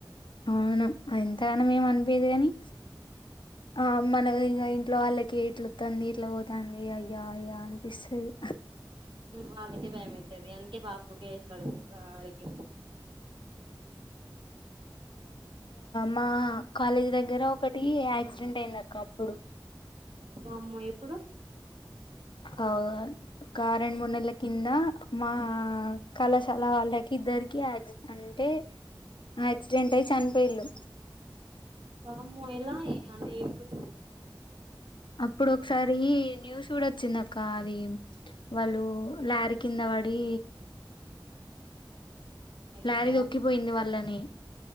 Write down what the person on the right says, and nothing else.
వాళ్ళకే భయమయితాది అందుకే బాపుకే వేస్తాడు అడిగి
వామ్మో ఎప్పుడు?
వామ్మో ఎలా ఈ అంటే ఏం గుద్
అయ్యో